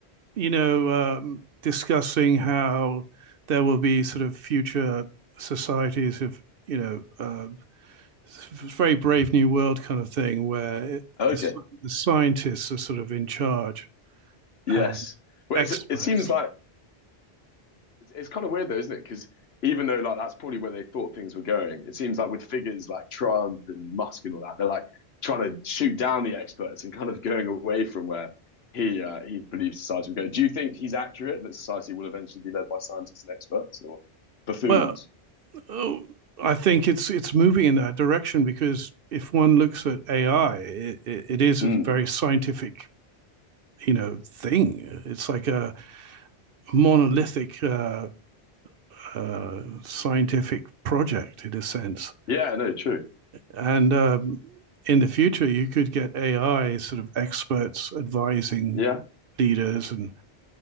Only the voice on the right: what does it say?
you know, um, discussing how there will be sort of future societies of, you know, um, very brave new world kind of thing where it,
the, the scientists are sort of in charge
and
experts.
Well, oh, I think it's it's moving in that direction because if one looks at AI, it, it, it is
a very scientific, you know, thing. It's like a monolithic uh, uh, scientific project in a sense.
And um, in the future, you could get AI sort of experts advising
leaders and